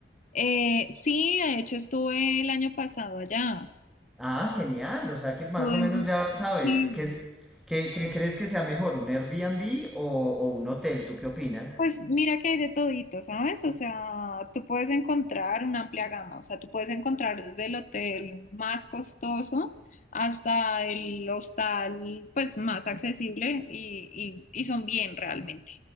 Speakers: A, on the left; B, in the centre.
A: Eh, sí, de hecho estuve el año pasado allá.
B: Ah, genial. O sea que más
A: Tuve,
B: o menos ya sabes
A: sí,
B: qué, es- qué, qué crees que sea mejor, un Airbnb o, o un hotel. ¿Tú qué opinas?
A: Pues mira que hay de todito, ¿sabes? O sea, tú puedes encontrar una amplia gama, o sea, tú puedes encontrar desde el hotel más costoso hasta el hostal pues más accesible y, y- y son bien realmente.